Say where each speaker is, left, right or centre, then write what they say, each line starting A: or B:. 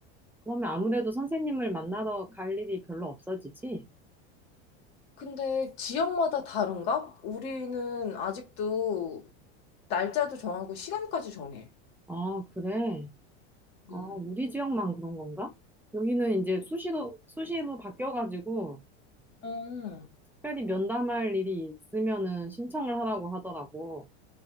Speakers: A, in the centre; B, on the left.
A: 그러면 아무래도 선생님을 만나러 갈 일이 별로 없어지지?
B: 근데 지역마다 다른가? 우리는 아직도 날짜도 정하고 시간까지 정해.
A: 아, 그래. 아,
B: 음.
A: 우리 지역만 그런 건가? 여기는 이제 수시로 수시로 바뀌어가지고
B: 음.
A: 특별히 면담할 일이 있으면은 신청을 하라고 하더라고.